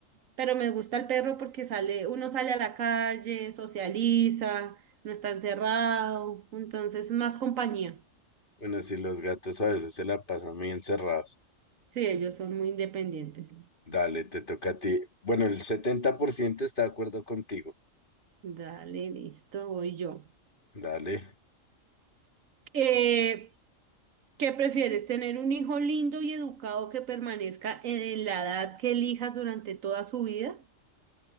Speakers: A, on the right (about 85°); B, on the left (about 40°).
A: Pero me gusta el perro porque sale, uno sale a la calle, socializa, no está encerrado, entonces más compañía.
B: bueno, sí los gatos a veces se la pasan muy encerrados.
A: Sí, ellos son muy independientes.
B: Dale, te toca a ti. Bueno, el 70% está de acuerdo contigo.
A: Dale, listo, voy yo.
B: Dale.
A: Eh, ¿qué prefieres? ¿Tener un hijo lindo y educado que permanezca en la edad que elijas durante toda su vida?